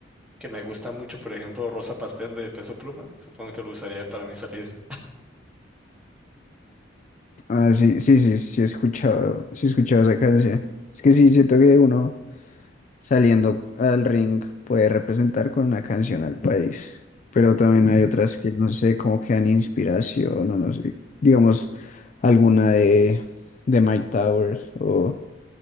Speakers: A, in the centre; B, on the left.
A: que me gusta mucho, por ejemplo, Rosa Pastel de Peso Pluma. Supongo que lo usaría para mi salida.
B: Ah, sí, sí, sí, sí he escuchado, sí he escuchado esa canción. Es que sí, siento que uno saliendo al ring puede representar con una canción al país, pero también hay otras que no sé, como que dan inspiración o no sé, digamos alguna de, de Mike Towers o,